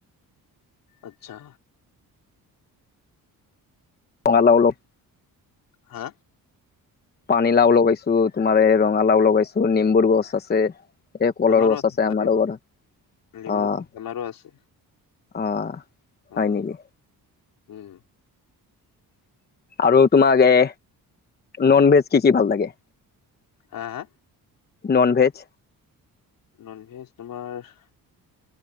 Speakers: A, on the left; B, on the left.
A: আচ্ছা।
B: ৰঙালাউ অলপ
A: হা!
B: পানীলাউ লগাইছোঁ, তোমাৰ এই ৰঙালাউ লগাইছোঁ, নিম্বুৰ গছ আছে। এই কলৰ
A: আমাৰো
B: গছ আছে, আমাৰো
A: বাৰীত,
B: পৰা
A: নেমু
B: অহ।
A: আমাৰো আছে
B: অহ,
A: অ
B: হয় নেকি?
A: উম।
B: আৰু তোমাক এ, ননভেজ কি কি ভাল লাগে?
A: হ, হা!
B: ননভেজ।
A: ননভেজ তোমাৰ